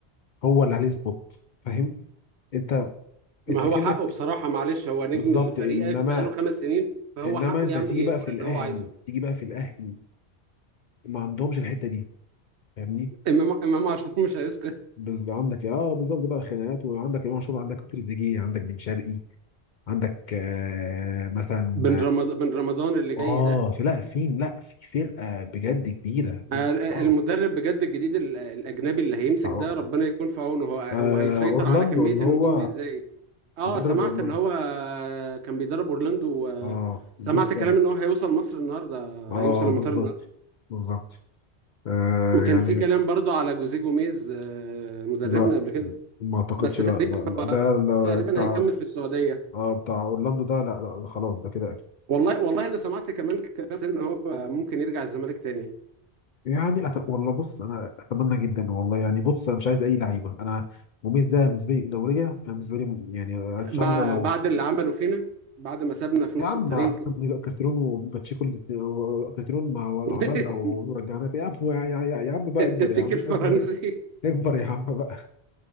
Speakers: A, on the left; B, on the right.
A: هو اللي عليه سبوت فاهم انت
B: ما
A: انت
B: هو
A: كأنك
B: حقه بصراحة معلش هو نجم
A: بالظبط
B: فريقك
A: انما
B: بقاله خمس سنين فهو
A: انما
B: حقه
A: انت
B: يعمل
A: تيجي
B: يقول
A: بقى في الاهلي
B: اللي هو عايزه
A: تيجي بقى في الاهلي ما عندهمش الحتة دي فاهمني
B: امام امام عاشور مش هيسكت
A: بز عندك اه بالظبط بقى خناقات وعندك امام عاشور عندك تريزيجيه عندك بن شرقي عندك آه مثلا
B: بن رمضان بن رمضان اللي جاي
A: آه، اه
B: ده
A: في لا في لا في فرقه بجد كبيره
B: آه، المدرب
A: اه
B: بجد الجديد ال- الاجنبي اللي هيمسك
A: آه،
B: ده ربنا يكون في عونه هو هو
A: آه،
B: هيسيطر
A: اورلاندو
B: على كميه
A: اللي
B: النجوم
A: هو
B: دي ازاي اه
A: مدرب
B: سمعت
A: اورلاندو
B: اللي هو كان بيدرب اورلاندو آه،
A: اه لسه
B: سمعت كلام ان هو هيوصل مصر النهارده
A: اه
B: هيوصل المطار
A: بالظبط
B: النهارده
A: بالظبط آه
B: وكان
A: يعني
B: في كلام برضو على جوزيه جوميز آه، مدربنا
A: لا
B: قبل كده
A: ما اعتقدش
B: بس تقريبا
A: لا لا لا ده لا
B: تقريبا
A: بتاع
B: هيكمل في السعوديه
A: اه بتاع اورلاندو ده لا لا خلاص ده كده أكيد.
B: والله والله انا سمعت كمان كلام ان هو ممكن يرجع الزمالك تاني
A: يعني أت... والله بص انا اتمنى جدا والله يعني بص انا مش عايز اي لعيبه انا موميز ده بالنسبه لي دوريه انا بالنسبه لي يعني ان
B: بع-
A: شاء الله لو
B: بعد اللي عمله فينا بعد ما سابنا في
A: يا
B: نص
A: عم
B: الطريق
A: أصل كارتيرون وباتشيكو الاتنين- و- كارتيرون ما هو
B: <laughs>
A: عملها ورجعنا تاني. يا عم يا, يا, يا يا عم بقى
B: الديك
A: اكبر يا عم
B: الفرنسي
A: اكبر اكبر يا عم بقى